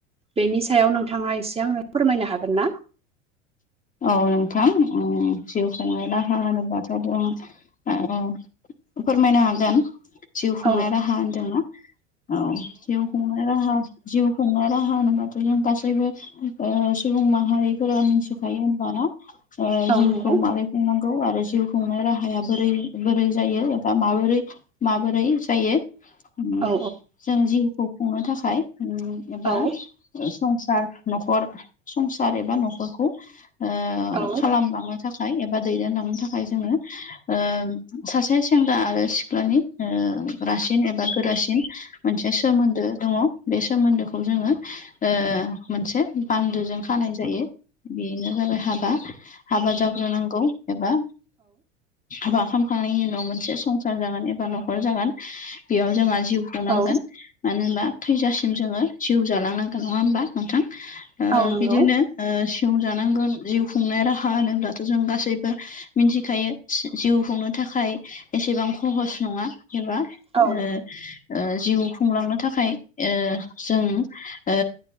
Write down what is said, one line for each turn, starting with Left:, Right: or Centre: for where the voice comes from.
Right: बेनि सायाव नोंथाङा एसे आंनो फोरमायनो हागोन ना?
Left: औ नोंथां ओम जिउ खुंनाय राहा होनोबाथ' ओम फोरमायनो हागोन जिउ खुंनाय
Right: औ
Left: राहा होनदोंना औ जिउ खुंनाय राहा जिउ खुंनाय राहा होनोबाथ' जों गासैबो ओ सुबुं माहारिफोरा मिथिखायो होनबाना ओ
Right: औ
Left: जिउखौ
Right: नंगौ
Left: मारै खुंनांगौ आरो जिउ खुंनो राहाया बोरै बोरै जायो एबा माबोरै माबोरै जायो? ओम
Right: औ
Left: जों जिउखौ खुंनो थाखाय ओम एबा
Right: औ
Left: संसार न'खर संसार एबा न'खरखौ ओ
Right: औ
Left: खालामलांनो थाखाय एबा दैदेनलांनो थाखाय जोङो ओ सासे सेंग्रा आरो सिख्लानि ओ रासिन एबा गोरासिन मोनसे सोमोन्दो दङ बे सोमोन्दोखौ जोङो ओ मोनसे बानदोजों खानाय जायो बेनो जाबाय हाबा हाबा जा ग्रोनांगौ एबा हाबा खालामखांनायनि उनाव मोनसे संसार जागोन एबा न'खर जागोन बेयाव जोंहा जिउ खुंनांगोन
Right: औ
Left: मानो होनबा थैजासिम जोङो जिउ जालांनांगोन नङा होमबा नोंथां? ओ
Right: औ नंगौ
Left: बिदिनो ओ सिउ जानांगोन जिउ खुंनाय राहा होनोब्लाथ' जों गासैबो मिथिखायो जिउ खुंनो थाखाय एसेबां खहस नङा एबा
Right: औ
Left: ओ ओ जिउ खुंलांनो थाखाय ओ जों ओ